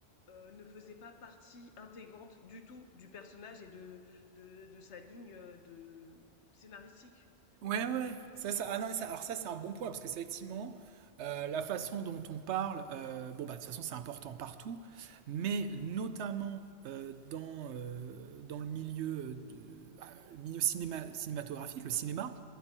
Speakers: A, on the left (about 85°); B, on the right (about 85°).
A: heu, ne faisait pas partie intégrante du tout du personnage et de de de sa ligne, heu, de scénaristique, tu
B: Ouais,
A: vois?
B: ouais. ouais. Ça, ça, ah non, ça- alors ça, c'est un bon point, parce que c'est effectivement euh, la façon dont on parle. euh, bon, bah, de toute façon, c'est important partout, mais notamment euh, dans, euh, dans le milieu, euh, de- ah, le milieu cinéma, cinématographique, le cinéma,